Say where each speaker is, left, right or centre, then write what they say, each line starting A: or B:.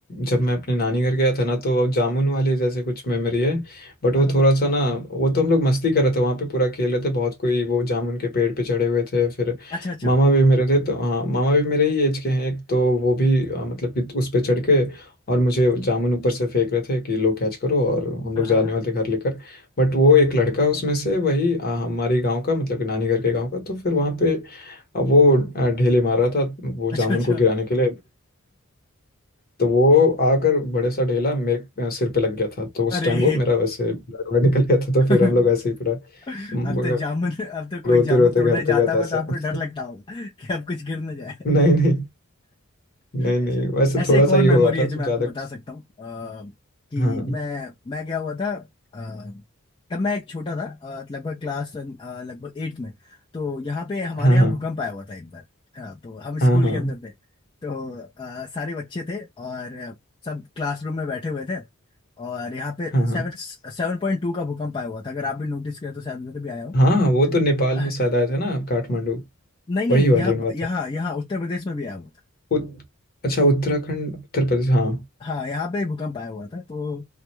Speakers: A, on the left (about 45°); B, on the left (about 25°).
A: जब मैं अपने नानी घर गया था ना तो जामुन वाले जैसे कुछ मेमोरी है बट
B: हाँ
A: वो
B: हाँ।
A: थोड़ा सा ना वो तो हम लोग मस्ती कर रहे थे वहाँ पे पूरा खेल रहे थे बहुत कोई वो जामुन के पेड़ पे चढ़े हुए थे फिर
B: अच्छा अच्छा
A: मामा भी मेरे थे तो हाँ मामा भी मेरे ही एज के हैं एक तो वो भी अ, मतलब कि उस पे चढ़ के और मुझे जामुन ऊपर से फेंक रहे थे कि लो कैच करो और हम
B: हाँ
A: लोग
B: हाँ
A: जाने
B: हाँ
A: वाले थे घर लेकर बट वो एक लड़का उसमें से वही अ, हमारी गांव का मतलब कि नानी घर के गांव का तो फिर वहाँ पे अब वो अ, ढेले मार रहा था वो
B: अच्छा
A: जामुन
B: अच्छा
A: को गिराने के लिए तो वो आकर बड़े सा ढेला मेरे सिर पे लग गया था तो उस
B: <laughs> अरे
A: टाइम वो मेरा वैसे ब्लड ब्लड निकल गया था तो फिर
B: अब
A: हम लोग ऐसे ही पूरा म-
B: तो जामुन अब तो कोई
A: रोते
B: जामुन
A: रोते
B: तोड़ने
A: घर पे
B: जाता
A: गया
B: होगा
A: था ऐसा
B: तो आपको डर
A: <laughs>
B: लगता होगा कि अब कुछ गिर ना जाए
A: नहीं नहीं नहीं नहीं
B: अच्छा
A: वैसे
B: ऐसे
A: थोड़ा
B: एक और
A: सा ही
B: मेमोरी
A: हुआ था
B: है जो
A: तो
B: मैं
A: ज्यादा
B: आपको बता
A: कुछ
B: सकता हूँ अ, कि
A: हाँ
B: मैं मैं गया हुआ था अ, तब मैं एक छोटा था अ, लगभग क्लास लगभग एट्थ में तो यहाँ पे हमारे
A: हाँ
B: यहाँ
A: हाँ
B: भूकंप आया हुआ था एक बार अ, तो हम
A: हाँ
B: स्कूल
A: हाँ
B: के अंदर थे तो अ, सारे बच्चे थे और अ, सब क्लासरूम में बैठे हुए थे और यहाँ पे
A: हाँ
B: सेवन
A: हाँ
B: सेवन पॉइंट टू का भूकंप आया हुआ था अगर आप भी नोटिस करें तो शायद उधर भी आया हो
A: हाँ हाँ, वो तो नेपाल
B: अह,
A: में शायद आए थे ना आप, काठमांडू
B: नहीं नहीं
A: वही वाली
B: यहाँ
A: बात
B: यहाँ
A: है
B: यहाँ उत्तर प्रदेश में भी आया हुआ था
A: उत, अच्छा उत्तराखंड उत्तर प्रदेश हाँ
B: हाँ यहाँ पे भूकंप आया हुआ था तो